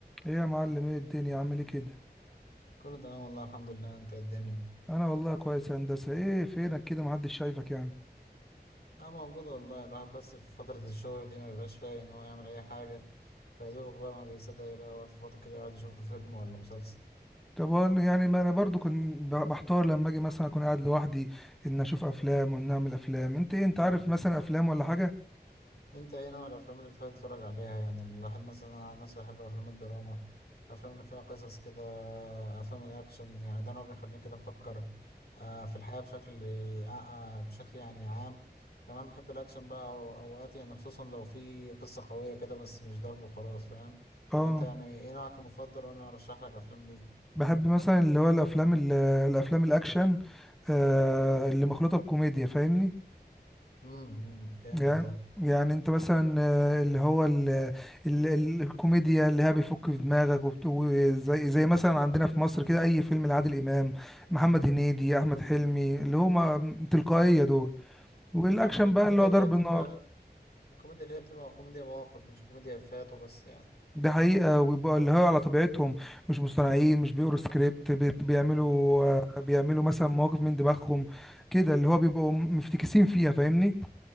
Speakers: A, in the centre; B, on the left.
A: ايه يا معلم ايه الدنيا عامل ايه كده
B: كله تمام والله الحمد لله انت إيه الدنيا
A: انا والله كويس يا هندسه ايه فينك كده محدش شايفك يعني
B: اه موجود والله الواحد بس في فترة الشغل دي ما بيبقاش فايق ان هو يعمل اي حاجة فيدوبك بقى ما بيصدق يلاقي وقت فاضي كده يقعد يشوف له فيلم ولا مسلسل
A: طب وأنا- يعني ما انا برضو كنت ب- بحتار لما اجي مثلا اكون قاعد لوحدي ان اشوف افلام وان اعمل افلام انت ايه انت
B: مم.
A: عارف مثلا افلام ولا حاجه
B: انت ايه نوع الافلام اللي بتحب تتفرج عليها يعني الواحد مثلا انا عن نفسي بحب افلام الدراما الافلام اللي فيها قصص كده افلام الاكشن يعني ده نوع بيخليني كده افكر آه، في الحياة بشكل آه، آه، بشكل يعني عام كمان بحب الاكشن بقى أو- اوقات يعني خصوصا لو في قصة قوية كده بس مش ضرب وخلاص فاهم
A: اه
B: فانت يعني ايه نوعك المفضل وانا ارشح لك افلام ليه
A: بحب مثلا اللي هو الافلام ال- الافلام الاكشن آه اللي مخلوطه بكوميديا فاهمني
B: امم جامد
A: يعني
B: ده
A: يعني انت مثلا آه، اللي هو ال ال ال الكوميديا اللي هي بيفك في دماغك وبت- وزي زي مثلا عندنا في مصر كده اي فيلم لعادل امام محمد هنيدي احمد
B: امم
A: حلمي اللي هما تلقائية دول والاكشن
B: اه الكوميديا
A: بقى اللي هو
B: اللي
A: ضرب
B: هي بتبقى
A: النار
B: الكوميديا اللي هي بتبقى كوميديا مواقف مش كوميديا افيهات وبس يعني
A: ده حقيقة ويبقى اللي هو على طبيعتهم مش مصطنعين مش بيقروا سكريبت بيت- بيعملوا
B: مم.
A: آه، بيعملوا مثلا مواقف من دماغهم كده اللي هو بيبقوا مفتكسين فيها فاهمني